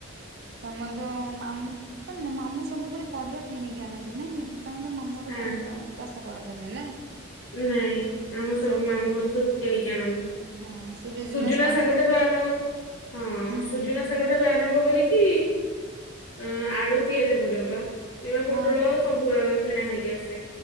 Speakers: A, on the right; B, on the left.
A: ତମର ଯ ମାମୁଁ ତମ ମାମୁଁ ସବୁବେଳେ ପରିବା କିଣିକି ଆଣନ୍ତି ନାଇଁକି ତମେ ତ ମାମୁ ତମର
B: ଆ
A: ପରିବା ଚାଷ କରନ୍ତିନି ନାଇଁ।
B: ନାଇଁ ଆମ ସବୁ
A: ସେ
B: ମାମୁଁ ଘର ସବୁ କିଣିକି ଆଣନ୍ତି।
A: ହଁ ସେ ବିଜନେସ୍
B: ସୁଜୁନା
A: କରନ୍ତି
B: ସାଗଠାରୁ ଆ ହଁ
A: ହୁଁ
B: ସୁଜନା ସାଗ ଠାରୁ ଆରମ୍ଭ କରିକି ଅଁ ଆଳୁ ପିଆଜ ପର୍ଯ୍ୟନ୍ତ ଏରା ପୁଟଳ
A: ହଁ
B: ସବୁ ଆମ କିଣା ହେଇକି ଆସେ।